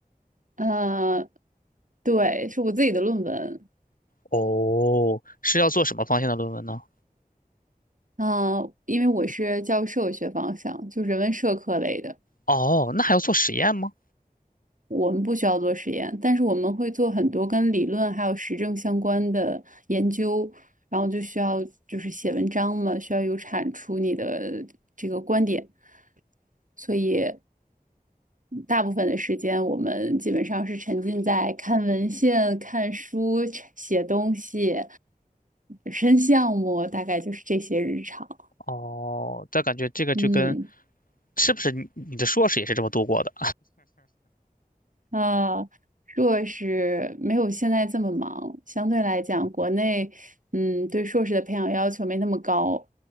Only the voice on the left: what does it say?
哦，是要做什么方向的论文呢？
哦，那还要做实验吗？
哦，但感觉这个就跟，
是不是你你的硕士也是这么度过的？